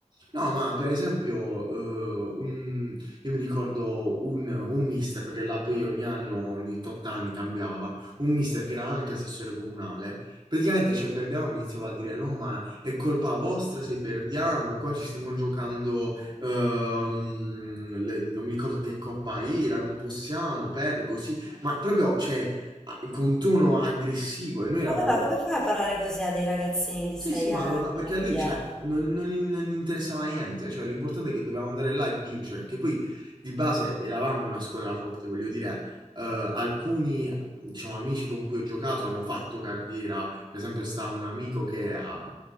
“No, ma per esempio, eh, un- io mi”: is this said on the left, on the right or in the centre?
Right